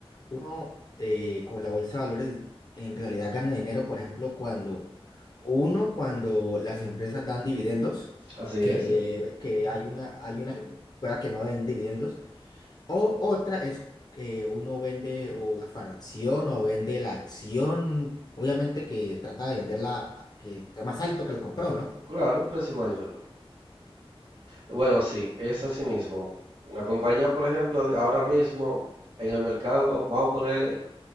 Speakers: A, on the left (about 40°); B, on the right (about 65°).
A: uno eh, con la bolsa de valores en realidad gana dinero, por ejemplo, cuando uno, cuando las empresas dan dividendos,
B: así
A: que,
B: es.
A: que hay una, hay una que pueda que no den dividendos, o otra es que uno vende o una fracción o vende la acción, obviamente que trata de venderla que esté más alto que lo compró, ¿no?
B: Claro, un precio mayor. Bueno, sí, es así mismo. Una compañía, por ejemplo, de- ahora mismo en el mercado, vamos a ponerle